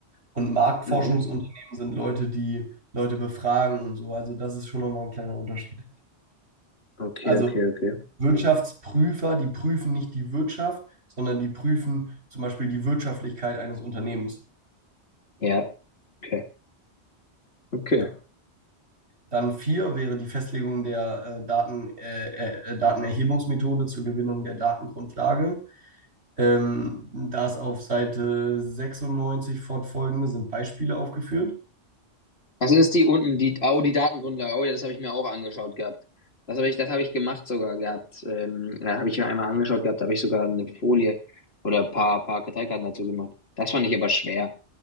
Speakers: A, on the right (about 70°); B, on the left (about 65°).
A: Und Marktforschungsunternehmen
B: Mhm.
A: sind Leute, die Leute befragen und so. Also das ist schon nochmal ein kleiner Unterschied.
B: Okay,
A: Also
B: okay, okay.
A: Wirtschaftsprüfer, die prüfen nicht die Wirtschaft, sondern die prüfen zum Beispiel die Wirtschaftlichkeit eines Unternehmens.
B: Ja, okay, okay.
A: Ja. Dann vier wäre die Festlegung der äh, Daten, äh, äh, äh, Datenerhebungsmethode zur Gewinnung der Datengrundlage. Ähm, da ist auf Seite 96 fortfolgende sind Beispiele aufgeführt.
B: Was Das ist die unten, die, oh, die Datengrundlage. Oh ja, das habe ich mir auch angeschaut gehabt. Das habe ich, das habe ich gemacht sogar gehabt. Ähm, da habe ich mir einmal angeschaut gehabt, da habe ich sogar eine Folie oder ein paar, paar Karteikarten dazu gemacht. Das fand ich aber schwer.